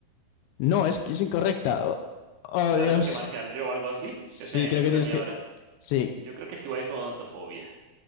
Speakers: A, on the left; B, on the right.
A: No, es que es incorrecta. Oh, oh,
B: Ahora
A: Dios.
B: tengo que marcar yo algo así.
A: Sí,
B: Creo que me,
A: creo
B: me toca
A: que tienes
B: a mí
A: que.
B: ahora.
A: Sí,
B: Yo creo que sí voy con ontofobia.